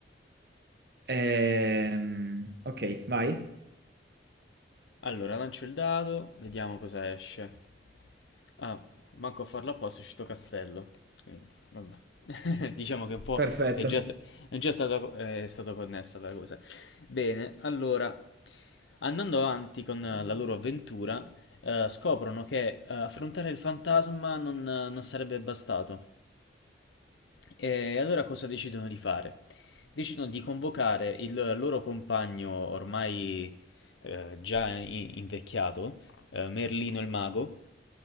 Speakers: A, on the right; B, on the left.
A: Ehm,
B: Ok.
A: ok, vai.
B: Allora, lancio il dado, vediamo cosa esce. Ah, manco a farlo apposta, è uscito Castello. Quindi, vabbè. <laughs> Diciamo che un po'
A: Perfetto.
B: è già, è già stata, è stata connessa la cosa. Bene, allora, andando avanti con eh, la loro avventura, eh, scoprono che eh, affrontare il fantasma non, eh, non sarebbe bastato. E allora cosa decidono di fare? Decidono di convocare il loro compagno ormai eh, già i- invecchiato, eh, Merlino il mago,